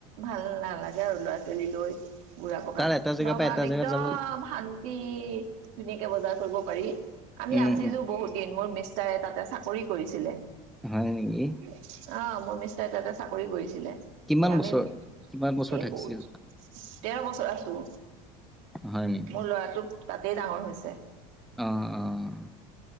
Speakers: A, on the right; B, in the centre.
A: ভাল নালাগে আৰু ল'ৰা ছোৱালী লৈ বুঢ়া বকা
B: তাৰ এটা জেগাৰ
A: নগাঁৱত
B: পৰা এটা জেগাত
A: একদম
B: যাব
A: শান্তি ধুনীয়াকে বজাৰ কৰিব পাৰি আমি
B: উম,
A: আছিলো
B: উম,
A: বহুত দিন মোৰ ম তাই তাতে চাকৰি কৰিছিলে।
B: হয় নেকি।
A: অ', মোৰ মিষ্টাৰ তাতে চাকৰি কৰিছিলে
B: কিমান
A: এই আমি
B: বছৰ কিমান বছৰ
A: এই
B: থাকিছিল?
A: বহুত তেৰ বছৰ আছোঁ।
B: হয় নেকি।
A: মোৰ ল'ৰাটো তাতেই ডাঙৰ হৈছে।
B: অ', অ'।